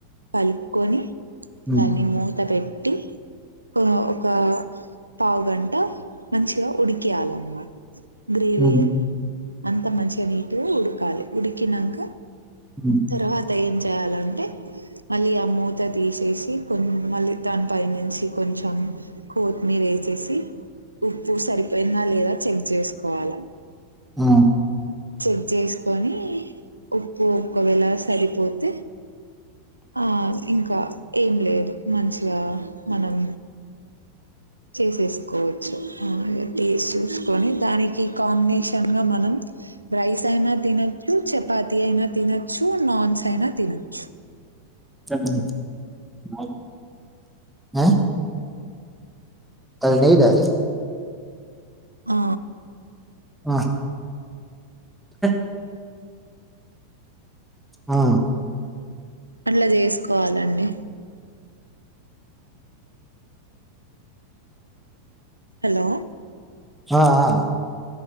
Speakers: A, on the right (about 80°); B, in the centre.
A: కలుపుకొని
B: ఉమ్
A: దాని మూత బెట్ టీ కొ ఒక పావుగంట మంచిగా ఉడికియాలన్మా గ్రేవియా
B: ఉమ్
A: అంత మంచిగా నీట్ గా ఉడకాలి ఉడికినంక
B: ఉమ్ ఉమ్
A: తర్వా త్త ఏం చేయాలంటే మళ్ళీ ఆ మూత తీసేసి కొన్ మళ్ళీ దాని పైనుంచి కొంచెం కోతిమీరేసి తీసి ఉప్పు సరిపోయిందా లేదా చెక్ చేసుకోవాలా.
B: ఆ
A: చెక్ చేసుకొని ఉప్పు ఒక్కవేళ సరిపోతే ఆ ఇంకా ఏం లేదు మంచిగా మనం చేసేసుకోవచ్చు మ్మ్ టేస్ట్ చూసుకొని దానికి కాంబినేషన్ గా మనం రైస్ అయినా తినచ్చు, చపాతి అయినా తినచ్చు, నాన్స్ అయినా తినచ్చు.
B: <inaudible> ఆ అది నీద అది
A: ఆ
B: ఆ ఆ ఆ
A: అట్లా చేసుకోవాలండి హలో
B: హా ఆ